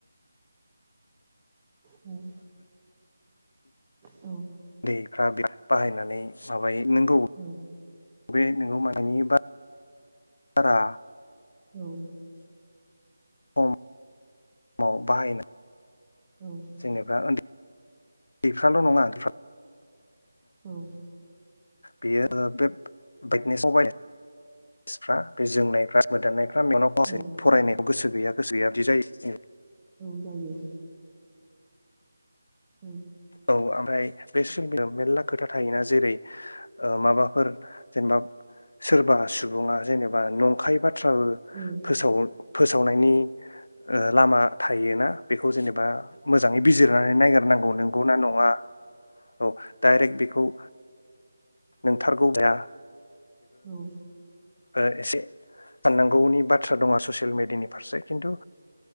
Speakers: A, on the right; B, on the left.
A: औ औ
B: दैफ्रा बे बाहायनानै माबायो नोंगौ
A: ओ
B: बे नोंगौ मानि बार बारा
A: औ
B: सम याव बाहायनो
A: औ
B: जोंनिफ्रा उन्दै दैफ्राल' नंङा गेफा
A: औ
B: बेयो ओ बे बायदनेसाव बाय स्सफ्रा बे जोंनायफ्रा मोदाननायफ्रा गामियावनोफसे
A: औ
B: फरायनायखौ गोसो गैया गोसो गैया बिदि जायो
A: औ जायो औ
B: औ आम ओमफ्राय बे सिबिलाव मेरला खोथा थायोना जेरै ओ माबाफोर जेनेबा सोरबा सुबुंङा जेनेबा नंखायबाथ फ्राबो
A: जेनेबा
B: फोसावो फोसावनायनि ओ लामा थायोना बेखौ जेनेबा मोजाङै बिजिरनानै नायगार नांगौ नंगौ ना नङा औ डाइरेक्ट बिखौ औ नोंथारगौ दा
A: औ
B: ओ एसे साननांगौनि बाथ्रा दङ ससियेल मेडियानि फारसे खिन्थु